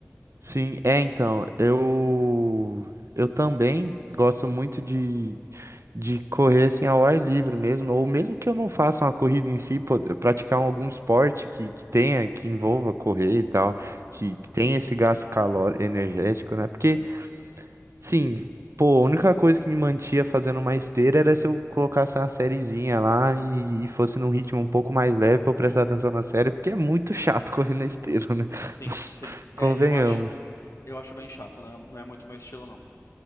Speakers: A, on the right; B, on the left.
A: Sim, é então, eu eu também gosto muito de de correr assim ao ar livre mesmo, ou mesmo que eu não faça uma corrida em si, pô, eu praticar algum esporte que, que tenha, que envolva correr e tal,
B: Uhum,
A: que, que tenha esse gasto calor energético, né? Porque, sim, pô, a única coisa que me mantinha fazendo uma esteira era se eu colocasse uma sériezinha lá e, e fosse num ritmo um pouco mais leve pra
B: uhum.
A: eu prestar atenção na série, porque é muito chato <laughs> correr na esteira, né?
B: Sim,
A: <laughs>
B: sim. É,
A: Convenhamos.
B: eu acho, eu acho bem chato, não é, não é muito meu estilo, não.